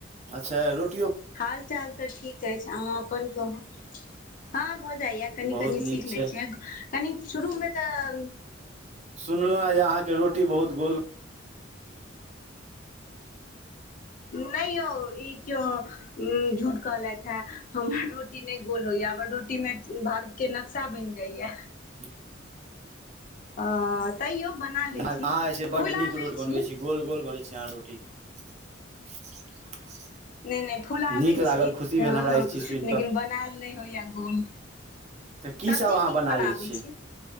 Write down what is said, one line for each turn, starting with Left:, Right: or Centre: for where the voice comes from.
Right: छै रूट
Left: हाल चाल तऽ ठीक अछि अहाँ अपन कहू हँ भऽ जाइया। कनी
Right: बहुत
Left: कनी
Right: नीक
Left: सीख
Right: छै
Left: लै छियै कनीक शुरूमे तऽ
Right: सुनलौ आई आहाँ के रोटी बहुत गोल
Left: नय यौ इ क्यो उं झूठ कहलैथ है हमर रोटी नय गोल होइया हमर रोटी में भारत के नक्शा बइन जाइया।
Right: <inaudible>
Left: आ तैयो बना लै
Right: अहाँ
Left: छी
Right: जे छै बड्ड
Left: खुला
Right: नीक
Left: लै
Right: रोटी बनबै
Left: छी।
Right: गोल गोल मरि चार रोटी <unintelligible>
Left: नै नै फुला
Right: नीक
Left: लै
Right: लागल
Left: छी
Right: खुशी
Left: ह
Right: भेल हमरा
Left: हँ
Right: ई चीज सुनि
Left: लेकिन
Right: कऽ
Left: बनेल नहि होइया गोल।
Right: तऽ की
Left: सब्जी
Right: सब अहाँ
Left: नीक
Right: बना
Left: बनाबैइ
Right: लै छियै
Left: छी।